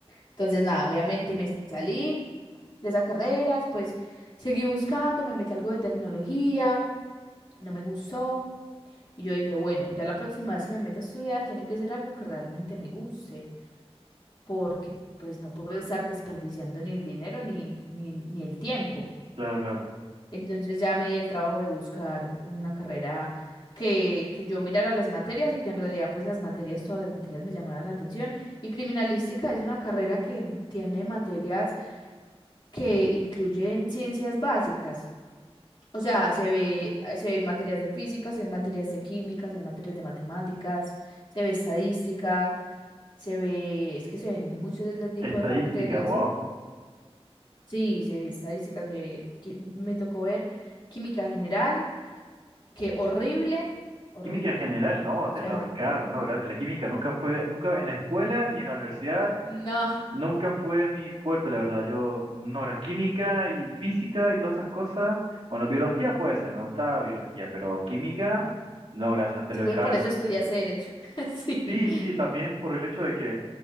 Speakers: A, on the left (about 50°); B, on the right (about 70°).
A: Entonces, nada, obviamente me salí de esa carrera, después seguí buscando, me metí a algo de tecnología, no me gustó. Y yo dije, bueno, ya la próxima vez que me meta a estudiar tiene que ser algo que realmente me guste, porque pues no puedo estar desperdiciando ni el dinero ni, ni, ni el tiempo.
B: Claro, claro.
A: Entonces ya me di el trabajo de buscar una carrera que, que yo mirara las materias y que en realidad pues las materias, todas las materias me llamaran la atención. Y criminalística es una carrera que tiene materias que incluyen ciencias básicas. O sea, se ve, eh, se ven materias de física, se ven materias de química, se ven materias de matemáticas, se ve estadística, se ve, es que se ven muchos de este tipo
B: Estadísticas,
A: de materias.
B: wow.
A: Sí, se ve estadística, se ve, qui- me tocó ver química general. Qué horrible, horrible.
B: Química general, no, te
A: O sea,
B: lo encargo, no, gracias. La química nunca fue, nunca en la escuela ni en la universidad
A: no,
B: Nunca fue mi fuerte, la verdad. Yo, mm, no, era química y física y todas esas cosas. Bueno, biología puede ser, me gustaba biología, pero química, no, gracias, te
A: seguro
B: lo encargo.
A: por eso estudiaste derecho. <laughs> Sí.
B: Sí, sí, también por el hecho de que